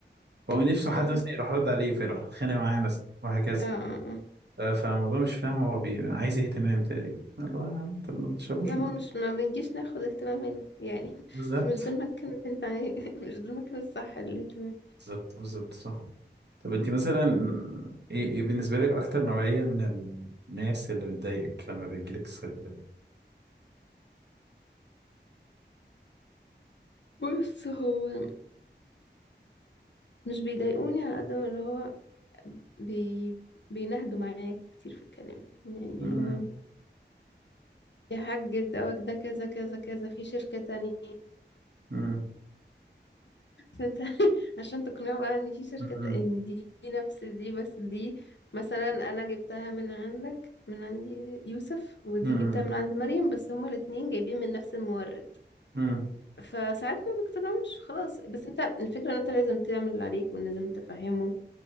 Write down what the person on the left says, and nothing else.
مم.
اه اه اه
لا هو
مش ما بنجيش ناخد اهتمام هنا يعني <laughs>
مش ده المكان اللي انت عاي... <laughs> مش ده المكان الصح للاهتمام
بص هو مش بيضايقوني على قد ما اللي هو بي... بينهدوا معايا كتير في الكلام يعني اللي
هو يا حاج دوت ده كذا كذا كذا في شركة تانية
فانت <laughs> عشان تقنعه بقى ان في شركة
ان دي نفس دي بس دي مثلا انا جبتها من عندك من عندي يوسف ودي
جبتها من عند مريم بس هما الاتنين جايبين من نفس المورد
فساعات ما بيقتنعوش خلاص بس انت الفكرة ان انت لازم تعمل اللي عليك ولازم تفهمه